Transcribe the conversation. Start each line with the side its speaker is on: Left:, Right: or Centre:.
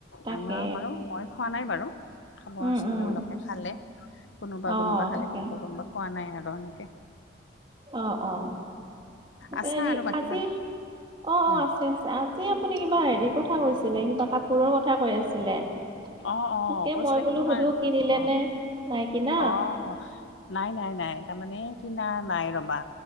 Right: তাকে
Left: মামাম মাৰু মই খোৱা নাই বাৰু খাব
Right: উম
Left: আছো
Right: উম
Left: এওঁলোকে খালে কোনোবা
Right: অ
Left: - কোনোবা খালে
Right: তাকে
Left: কোনোবা - কোনোবা খোৱা নাই আৰু এনেকে।
Right: অ', অ',
Left: আছা
Right: হেৰি
Left: আৰু বাকী
Right: আজি
Left: ভালে।
Right: অ',
Left: উম,
Right: অ', আছ আছে আজি আপুনি কিবা হেৰিৰ কথা কৈছিলে কিবা কাপোৰৰ কথা কৈ আছিলে।
Left: অ', অ',
Right: তাকে
Left: কৈছিলে
Right: মই বোলো
Left: সেইটো
Right: সুধো
Left: কাৰণে
Right: কিনিলে
Left: অহ',
Right: নে নাই কিনা
Left: অহ ', নাই - নাই - নাই তাৰমানে কিনা নাই ৰবা